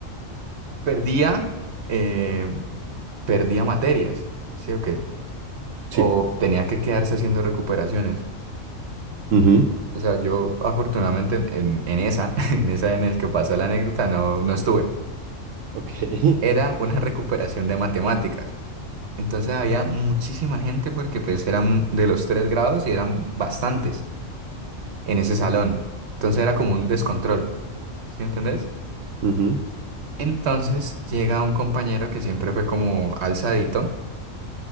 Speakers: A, on the right (about 55°); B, on the right (about 75°).
A: perdía, eh, perdía materias, ¿sí o qué?
B: sí.
A: O tenía que quedarse haciendo recuperaciones.
B: Ujú.
A: O sea, yo afortunadamente en, en- en esa, <laughs> en esa en el que pasó la anécdota, no, no estuve.
B: Ok.
A: Era
B: <laughs>
A: una recuperación de matemáticas. Entonces había muchísima gente porque pues eran de los tres grados y eran bastantes en ese salón. Entonces era como un descontrol, ¿sí entendés?
B: Ujú.
A: Entonces llega un compañero que siempre fue como alzadito